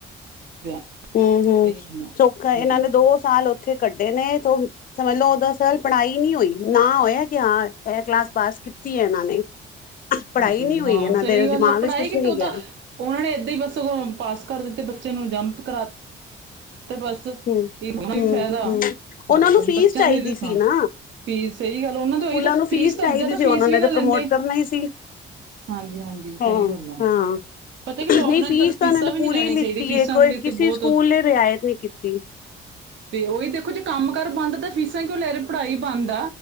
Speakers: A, on the right; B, on the left.
A: ਪਿਆ
B: ਹੂੰ, ਹੂੰ,
A: ਇਹੀ ਗੱਲ ਆ। ਹਾਂਜੀ
B: ਸੁਖ ਇਹਨਾਂ ਨੇ ਦੋ ਸਾਲ ਉੱਥੇ ਕੱਢੇ ਨੇ ਤ ਸਮਝ ਲਓ ਉਦ ਸਰ ਪੜ੍ਹਾਈ ਨਈ ਹੋਈ ਨਾ ਹੋਇਆ ਕਿ ਹਾਂ ਇਹ ਕਲਾਸ ਪਾਸ ਕੀਤੀ ਐ ਇਹਨਾਂ ਨੇ। ਪੜ੍ਹਾਈ
A: ਹਾਂਜੀ,
B: ਨਹੀਂ ਹੋਈ
A: ਹਾਂ
B: ਇਹਨਾਂ
A: ਸਹੀ
B: ਦੇ
A: ਗੱਲ
B: ਦਿਮਾਗ
A: ਆ, ਪੜ੍ਹਾਈ
B: ਵਿੱਚ ਕੁਛ
A: ਕਿ
B: ਨਹੀਂ
A: ਤੂੰ
B: ਗਿਆ
A: ਤਾਂ ਉਹਨਾਂ ਨੇ ਏਦਾਂ ਹੀ ਬਸ ਪਾਸ ਕਰ ਦਿੱਤੇ ਬੱਚੇ ਨੂੰ ਜੰਪ ਕਰਾ ਤੇ ਬਸ ਇਹ
B: ਹੂੰ,
A: ਵੀ
B: ਹੂੰ,
A: ਫਾਇਦਾ
B: ਹੂੰ ਉਹਨਾਂ
A: ਬਸ
B: ਨੂੰ ਫੀਸ
A: ਬੱਚਿਆਂ
B: ਚਾਹੀਦੀ
A: ਦੀ
B: ਸੀ
A: ਸਾਂ
B: ਨਾ
A: ਫੀਸ ਸਹੀ ਗੱਲ ਉਹਨਾਂ ਦੇ
B: ਸਕੂਲਾਂ
A: ਉਹੀ ਤਾਂ
B: ਨੂੰ
A: ਫੀਸ ਤਾਂ
B: ਚਾਹੀਦੀ
A: ਅਦ ਤਾਂ
B: ਸੀ
A: ਫੀਸ
B: ਉਹਨਾਂ ਨੇ
A: ਵੀ ਨਾ
B: ਤਾਂ
A: ਲੈਂਦੇ।
B: ਪ੍ਰਮੋਟ ਕਰਨਾ ਹੀ ਸੀ।
A: ਹਾਂਜੀ, ਹਾਂਜੀ ਸਹੀ
B: ਹਾਂ।
A: ਗੱਲ ਆ।
B: ਹਾਂ
A: ਪਤਾ ਕੀ ਲੋਕਡਾਊਨ
B: ਨਹੀਂ ਫੀਸ
A: ਪਰ
B: ਤਾਂ
A: ਫੀਸਾਂ
B: ਉਹਨਾਂ ਨੇ
A: ਵੀ
B: ਪੂਰੀ
A: ਨਹੀਂ ਲੈਣੀਆਂ
B: ਲਿੱਤੀ
A: ਚਾਹੀਦੀਆਂ ਫੀਸਾਂ
B: ਏ ਕੋਈ
A: ਦੇ ਲਈ
B: ਕਿਸੇ
A: ਬਹੁਤ
B: ਸਕੂਲ ਨੇ ਰਿਆਇਤ ਨ ਕੀਤੀ
A: ਤੇ ਉਹੀ ਦੇਖੋ ਜੇ ਕੰਮ ਕਾਰ ਬੰਦ ਤਾਂ ਫੀਸਾਂ ਕਿਉਂ ਲੈ ਰਹੇ। ਪੜ੍ਹਾਈ ਬੰਦ ਆ